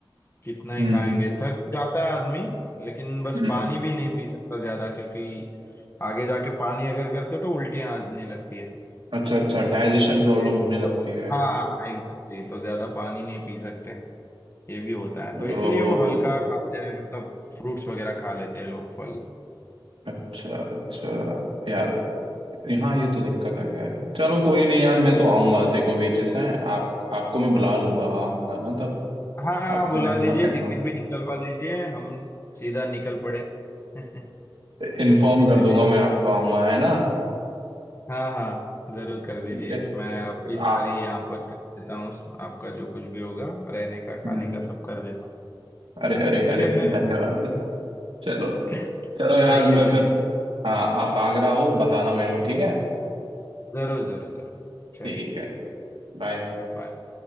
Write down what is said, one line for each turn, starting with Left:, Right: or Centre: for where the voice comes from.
Left: कितना ही
Right: हम्म
Left: खाएंगे थक जाता है आदमी लेकिन बस
Right: हम्म
Left: पानी भी नहीं पी सकता ज्यादा क्योंकि आगे जाके पानी अगर करते तो उल्टियां आने लगती है
Right: अच्छा अच्छा डाइजेशन प्रॉब्लम
Left: ये ज्यादा
Right: होने लगती
Left: पा-
Right: है
Left: हाँ एग्जैक्टली तो ज्यादा पानी नहीं पी सकते ये भी होता है
Right: ओ
Left: तो इसलिए वो हल्का खाते हैं मतलब फ्रूट्स वगैरह खा लेते हैं लोग फल
Right: अच्छा अच्छा यार यहाँ ये तो दिक्कत है खैर चलो कोई नहीं यार मैं तो आऊंगा तेरे को बीचेस हैं आप आपको मैं बुला लूंगा आऊंगा ना तब
Left: हाँ हाँ,
Right: आपको
Left: बुला
Right: मैं इन्फॉर्म
Left: दीजिए
Right: इन्फॉर्म
Left: टिकट भी निकलवा लीजिए हम सीधा निकल पड़ेंगे <laughs>
Right: <laughs> इन्फॉर्म कर
Left: चलिए
Right: दूंगा मैं आपको आऊंगा है ना
Left: हाँ हाँ जरूर कर दीजिए
Right: ठीक है
Left: मैं आपकी सारी
Right: आ
Left: यहाँ पर कर देता हूँ आपका जो कुछ भी होगा रहने का खाने
Right: हम्म,
Left: का सब कर देता हूँ
Right: अरे अरे
Left: चलिए
Right: अरे
Left: फिर
Right: धन्यवाद चलो
Left: <laughs>
Right: चलो यार
Left: आइए
Right: मैं
Left: जल्दी
Right: फिर हाँ आप आगरा हो बताना मेरे को ठीक है
Left: जरूर जरूर जरूर चलिए
Right: ठीक है बाय
Left: बाय